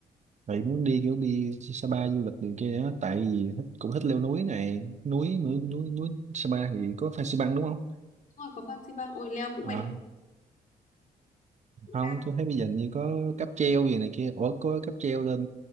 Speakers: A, on the right; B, on the left.
A: vậy muốn đi kiểu đi Sapa du lịch đường kia đó, tại vì thích, cũng thích leo núi này, núi núi núi, núi Sapa thì có Fansipan đúng không?
B: Đúng rồi có Phan Xipang. Ôi leo cũng
A: Ờ,
B: mệt lắm, cũng
A: không,
B: cao
A: tôi thấy bây giờ như có cáp treo gì này kia, ủa có cáp treo lên